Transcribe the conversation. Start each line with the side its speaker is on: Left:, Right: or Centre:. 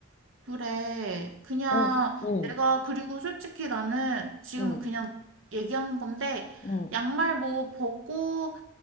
Right: 그래. 그냥
Left: 응, 응,
Right: 내가 그리고 솔직히 나는 지금은
Left: 응,
Right: 그냥 얘기하는 건데
Left: 응,
Right: 양말 뭐 벗고